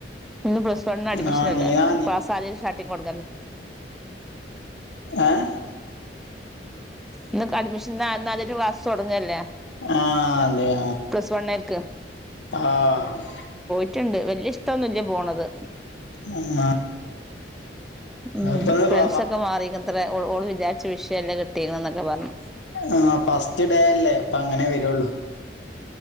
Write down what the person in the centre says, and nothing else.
ഇന്ന് പ്ലസ് വൺ അഡ്മിഷനല്ലേ
ക്ലാസ് ആദ്യായിട്ട് സ്റ്റാർട്ടിങ് തൊടങ്ങല്ലെ
ഇന്നൊക്കഡ്മിഷൻ <unintelligible> ക്ലാസ് തുടങ്ങല്ലേ
പ്ലസ് വണ്ണേർക്ക്
റ്റണ്ട് വല്യഷ്ടൊന്നുല്ല പോണത്.
ഉം
ഫ്രണ്ട്സൊക്കെ മാറിക്കത്രെ ഓള് ഓള് വിചാരിച്ച വിഷയല്ല കിട്ടിയത് ന്നൊക്കെ പറഞ്ഞു.